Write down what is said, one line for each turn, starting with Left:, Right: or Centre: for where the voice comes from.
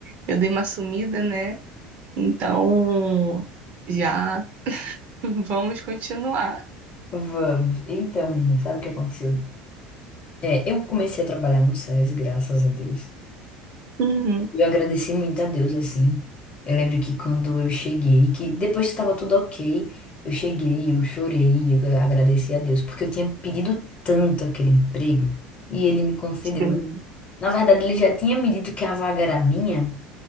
Right: eu dei uma sumida, né? Então, já <laughs> vamos continuar.
Left: Vamos. Então, menina, sabe o que aconteceu? É, eu comecei a trabalhar no SESI, graças a Deus.
Right: Uhum.
Left: Eu agradeci muito a Deus, assim. Eu lembro que quando eu cheguei, que depois que estava tudo ok, eu cheguei, eu chorei, eu agradeci a Deus, porque eu tinha pedido tanto aquele emprego e ele me concedeu,
Right: Sim.
Left: né? Na verdade, ele já tinha me dito que a vaga era minha,